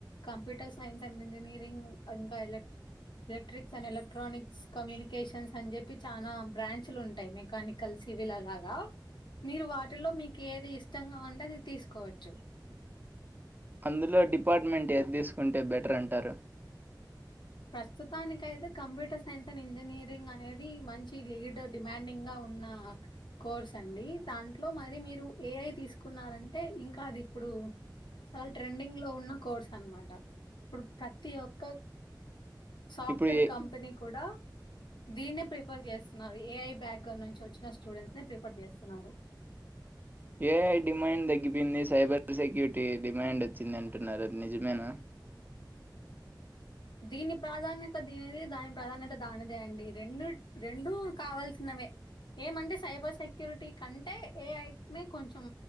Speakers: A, on the left (about 75°); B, on the right (about 25°).
A: కంప్యూటర్ సైన్స్ అండ్ ఇంజనీరింగ్ ఇంకా elect electrics and electronics communications అని చెప్పి చానా బ్రాంచ్లు ఉంటాయి మెకానికల్స్ సివిల్లాగా మీరు వాటిలో మీకు ఏది ఇష్టంగా ఉంటే అది తీసుకోవచ్చు
B: అందులో డిపార్ట్మెంట్ ఏది తీసుకుంటే బెటర్ అంటారు
A: ప్రస్తుతాని అయితే కంప్యూటర్ సైన్స్ అండ్ ఇంజనీరింగ్ అనేది మంచి లీడ్ డిమాండింగా ఉన్నా కోర్స్ అండి దాంట్లో మరి మీరు ఏఐ తీసుకున్నారంటే ఇంకా అది ఇప్పుడు. చాలా ట్రెండింగ్ లో ఉన్న కోర్స్ అనమాట ఇప్పుడు ప్రతి ఒక్క. సాఫ్ట్వేర్
B: ఇప్పుడు ఏ
A: కంపెనీ కూడా. దీన్ని ప్రిఫర్ చేస్తున్నారు ఏఐ బ్యాక్గర్ నుంచి వచ్చిన స్టూడెంట్స్ నే రిఫర్ చేస్తున్నారు.
B: ఏ ఐ డిమాండ్ తగ్గిపోయింది సైబర్ సెక్యూరిటీ డిమాండ్ వచ్చింది అంటున్నారు అది నిజమేనా.
A: దీని ప్రాధాన్యత దీనిదే దాని ప్రాధాన్యత దానిదే అండి రెండు రెండు కావల్సినవే. ఏమంటే సైబర్ సెక్యూరిటీ కంటే ఏ ఐ నే కొంచెం.